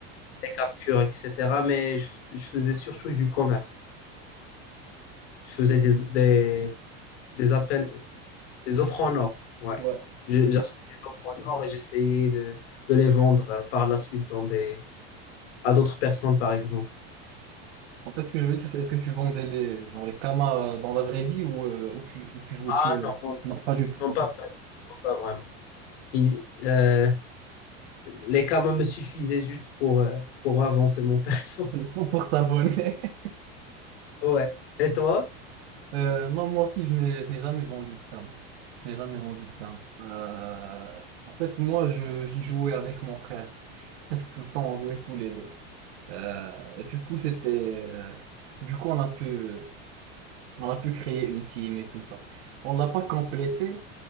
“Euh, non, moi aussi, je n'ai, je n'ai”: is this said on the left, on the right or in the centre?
Right